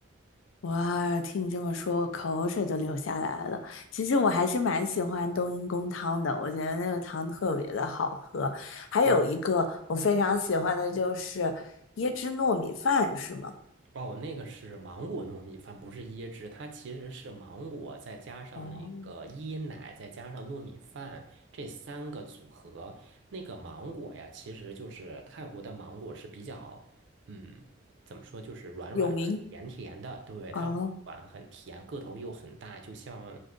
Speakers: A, on the left; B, on the right.
A: 哇，听你这么说，我口水都流下来了。其实我还是蛮喜欢冬阴功汤的，我觉得那个汤特别的好喝。还有一个我非常喜欢的就是椰汁糯米饭，
B: 嗯。
A: 是吗？
B: 哦，那个是芒果糯米饭，不是椰汁，它其实是芒果再加上那个椰奶，
A: 哦，
B: 再加上糯米饭这三个组合。那个芒果呀，其实就是泰国的芒果是比较，嗯，怎么说，就是软软的、
A: 有名
B: 甜甜的，对，它很软很甜，
A: 哦，
B: 个头又很大，就像